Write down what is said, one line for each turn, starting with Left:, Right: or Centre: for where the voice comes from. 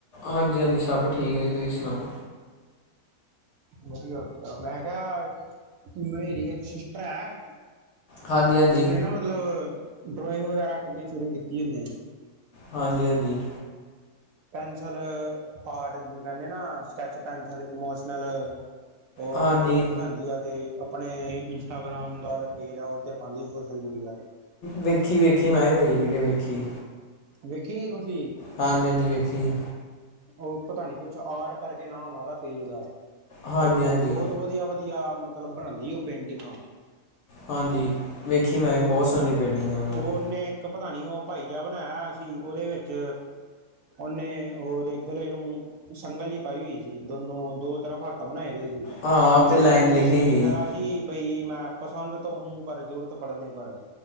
Left: ਹਾਂਜੀ, ਹਾਂਜੀ। ਸਭ ਠੀਕ ਹੈ ਜੀ, ਤੁਸੀਂ ਸੁਣਾਓ?
Right: ਵਧੀਆ, ਵਧੀਆ। ਮੈਂ ਕਿਹਾ, ਮੇਰੀ ਇੱਕ ਸਿਸਟਰ ਹੈ।
Left: ਹਾਂਜੀ ਹਾਂਜੀ
Right: ਉਹਨੇ ਨਾ ਮਤਲਬ, ਡਰੋਇੰਗ ਵਗੈਰਾ ਕਰਨੀ, ਸ਼ੁਰੂ ਕੀਤੀ ਉਹਨੇ।
Left: ਹਾਂਜੀ, ਹਾਂਜੀ।
Right: ਪੈਨਸਿਲ ਆਰਟ ਜਿਵੇ ਕਹਿੰਦੇ ਨਾ ਸਕੈਚ ਪੈਨਸਿਲ ਇਮੋਸ਼ਨਲ ਉਹ
Left: ਹਾਂਜੀ
Right: ਡਰੋਇੰਗ ਬਣਾਉਂਦੀ ਆ ਤੇ ਆਪਣੇ। ਇੰਸਟਾਗ੍ਰਾਮ ਦਾ ਪੇਜ ਆ ਉਹ ਪਾਉਦੀ ਸੋਸ਼ਲ ਮੀਡੀਆ 'ਤੇ।
Left: ਵੇਖੀ, ਵੇਖੀ ਮੈਂ ਵੀ ਪਾਈ ਵੀਡੀਓ ਵੇਖੀ।
Right: ਵੇਖੀਏ ਤੁਸੀਂ।
Left: ਹਾਂਜੀ, ਹਾਂਜੀ ਵੇਖੀਏ।
Right: ਉਹ ਪਤਾ ਨੀ, ਕੁਛ ਆਰ ਕਰਕੇ ਨਾਮ, ਆ ਰਿਹਾ ਤੇਲ ਦਾ। ਅ
Left: ਹਾਂਜੀ ਹਾਂਜੀ
Right: ਬਹੁਤ ਵਧੀਆ। ਵਧੀਆ, ਵਧੀਆ। ਮਤਲਬ ਬਣਾਉਂਦੀ ਉਹ ਪੇਂਟਿੰਗਾਂ।
Left: ਹਾਂਜੀ। ਵੇਖੀ ਮੈਂ ਵੀ, ਬਹੁਤ ਸੋਹਣੀ ਪੇਡਿੰਗ ਆ। ਉਹਨਾਂ ਦੀ।
Right: ਉਹਨੇ ਇੱਕ ਪਤਾ ਨੀ ਉਹ, ਭਾਈ ਜਿਹਾ ਬਣਾਇਆ ਹੋਇਆ ਸੀ। ਉਹਦੇ ਵਿੱਚ। ਉਹਓਨੇ, ਹੋਰ ਗਲੇ ਨੂੰ। ਸੰਗਲ ਜਿਹੀ, ਪਾਈ ਹੋਈ ਸੀ। ਦੋਨੋ, ਦੋ ਤਰਫ ਹੱਥ ਬਣਾਏ ਓਏ ਸੀ।
Left: ਹਾਂ ਉਹ
Right: ਤੇ
Left: ਲਾਈਨ
Right: ਉੱਤੇ
Left: ਲਿਖੀ
Right: ਉਹਨੇ
Left: ਸੀ
Right: ਲਿਖਿਆ। ਜੀ ਬਈ ਮੈਂ, ਪਸੰਦ ਤੋ ਹੂੰ। ਪਰ ਜ਼ਰੂਰਤ ਪੜਨੇ ਪਰ।